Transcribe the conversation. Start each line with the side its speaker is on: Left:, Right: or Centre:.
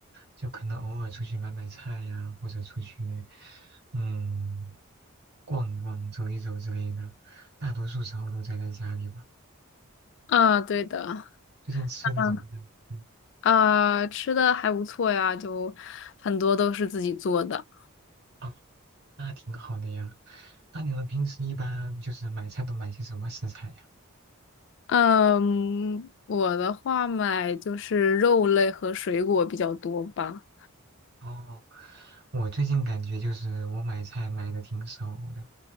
Right: 就可能偶尔出去买买菜呀，或者出去，嗯，逛一逛、走一走之类的，大多数时候都宅在家里吧。
Left: 啊，对的，
Right: 最近吃的怎么样？
Left: 嗯，
Right: 嗯，
Left: 啊，吃的还不错呀，就很多都是自己做的。
Right: 哦，那挺好的呀。那你们平时一般就是买菜都买些什么食材呀？
Left: 嗯，我的话买就是肉类和水果比较多吧。
Right: 哦，我最近感觉就是我买菜买的挺少的，